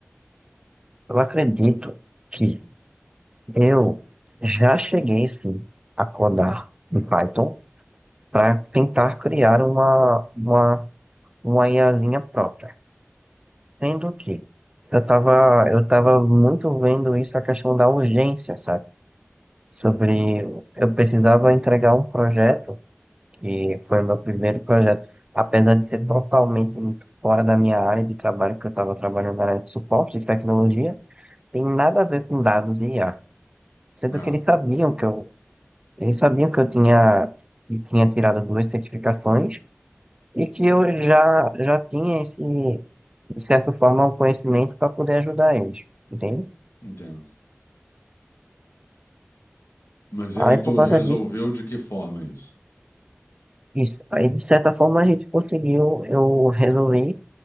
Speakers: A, on the right (about 20°); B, on the left (about 80°).
A: Eu acredito que eu já cheguei sim a codar em Python para tentar criar uma, uma, uma IAzinha própria. Sendo que eu estava eu tava muito vendo isso, a questão da urgência, sabe? Sobre eu precisava entregar um projeto, que foi o meu primeiro projeto, apesar de ser totalmente fora da minha área de trabalho, que eu estava trabalhando na área de suporte de tecnologia, tem nada a ver com dados e IA. Sendo
B: Ah,
A: que eles sabiam que eu Ele sabia que eu tinha, que tinha tirado duas certificações e que eu já, já tinha esse, de certa forma, um conhecimento para poder ajudar eles, entende?
B: entendo. Mas e
A: Aí,
B: aí tu
A: por causa
B: resolveu
A: disso,
B: de que forma isso?
A: isso. Aí, de certa forma, a gente conseguiu, eu resolvi